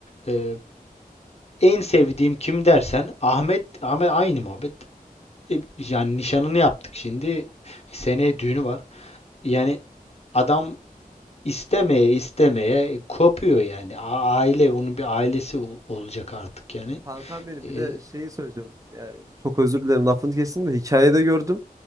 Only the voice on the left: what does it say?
E, en sevdiğim kim dersen Ahmet Ahmet aynı muhabbet. E, yani nişanını yaptık şimdi. Seneye düğünü var. Yani adam istemeye istemeye e, kopuyor yani. A- Aile onun bir ailesi ol- olacak artık yani.
Ee,